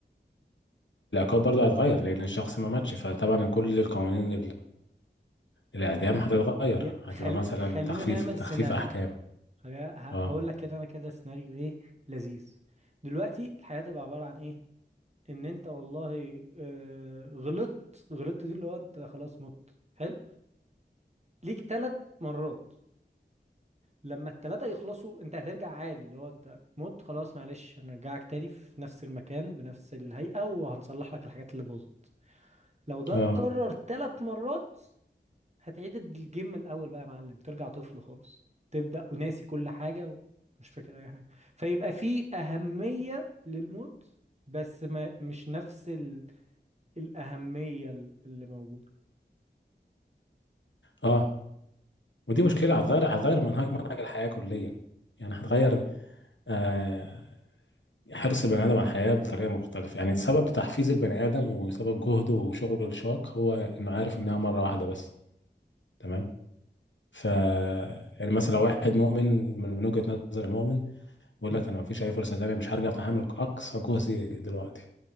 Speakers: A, on the left; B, on the right.
A: برضه هتغير لأن الشخص ما ماتش فطبعا كل القوانين الإعدام هتتغير
B: يا
A: هتبقى
B: خل...
A: مثلا
B: خلينا
A: تخفيف
B: نعمل
A: تخفيف
B: سيناريو
A: أحكام
B: هجا- ه-
A: اه
B: هقول لك كده انا كده سيناريو ايه لذيذ دلوقتي الحياة تبقى عبارة عن ايه ان انت والله آه، غلطت غلطت دي اللي هو انت خلاص مت حلو ليك ثلاث مرات لما التلاتة يخلصوا انت هترجع عادي اللي هو انت مت خلاص معلش هنرجعك تاني في نفس المكان بنفس الهيئة وهنصلح لك الحاجات اللي باظت لو ده
A: اه
B: اتكرر ثلاث مرات هتعيد الجيم من الاول بقى يا معلم ترجع طفل خالص تبدا وناسي كل حاجه ومش فاكر اي حاجه فيبقى في اهميه للموت بس ما مش نفس ال... الاهميه ال- اللي موجوده
A: اه ودي
B: انت
A: مشكلة
B: ش...
A: هتغير هتغير منهج منهج الحياة كليا يعني هتغير آه حرص البني آدم على الحياة بطريقة مختلفة يعني سبب تحفيز البني آدم وسبب جهده وشغله الشاق هو إنه عارف إنها مرة واحدة بس تمام ف يعني مثلا لو واحد مؤمن من من وجهة نظر المؤمن بيقول
B: مم.
A: لك أنا مفيش أي فرصة تانية مش هرجع فهعمل أقصى جهدي دلوقتي